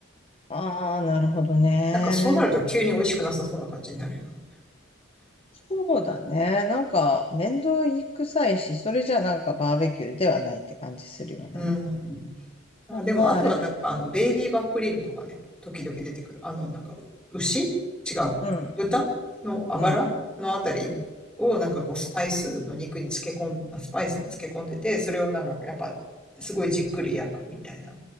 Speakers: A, on the left (about 30°); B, in the centre.
A: ああ、なるほどね。
B: なんか、そうなると急に美味しくなさそうな感じになるよね。
A: そうだね。なんか、面倒くさいし、それじゃなんかバーベキューではないって感じするよね。
B: うん。あ、
A: でもまあ、
B: でも、あとはなんか、
A: あれね。
B: あの、ベイビーバックリブとかね、時々出てくる。あの、なんか、牛違う。
A: うん、
B: 豚のあばらのあたりをなんかこう、
A: うん、うん、う
B: スパイスの肉に漬け込ん、あスパイスに漬け込んでて、それをなんか、やっぱ、すごいじっくり焼くみたいな。